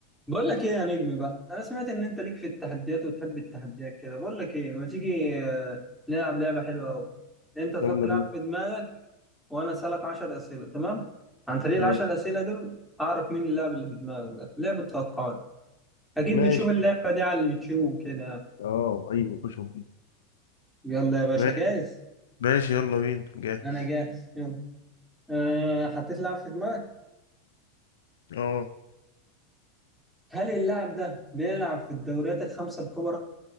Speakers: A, in the centre; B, on the left.
A: بقول لك ايه يا نجم بقى انا سمعت ان انت ليك في التحديات وتحب التحديات كده بقول لك ايه ما تيجي آه، نلعب لعبه حلوه قوي انت تحط
B: يلا
A: لعب
B: بينا
A: في دماغك وانا اسالك 10 اسئله تمام عن طريق ال
B: ماشي
A: 10 اسئله دول اعرف مين اللاعب اللي في دماغك ده لعبه توقعات اكيد
B: ماشي
A: بتشوف اللعبه دي على اليوتيوب كده
B: اه ايوه خش مفيد
A: يلا يا باشا
B: ما-
A: جاهز
B: ماشي يلا بينا جاهز
A: انا جاهز يلا أه حطيت لاعب في دماغك
B: اه
A: هل اللاعب ده بيلعب في الدوريات الخمسه الكبرى